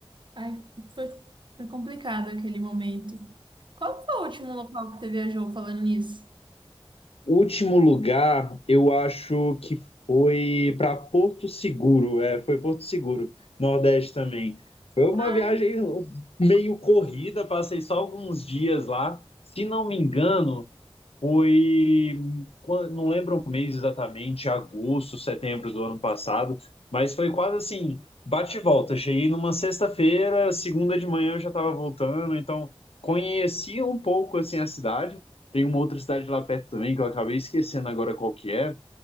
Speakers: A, on the right (about 50°); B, on the left (about 75°).
A: aí foi, foi complicado aquele momento. Qual foi o último local que você viajou falando nisso?
B: Último lugar, eu acho que foi para Porto Seguro, é, foi Porto Seguro, Nordeste também. Foi uma
A: Ah,
B: viagem meio corrida, passei só alguns dias lá. Se não me engano, foi, qua- não lembro o mês exatamente, agosto, setembro do ano passado, mas foi quase assim, bate e volta. Cheguei numa sexta-feira, segunda de manhã eu já estava voltando, então conheci um pouco assim a cidade. Tem uma outra cidade lá perto também que eu acabei esquecendo agora qual que é,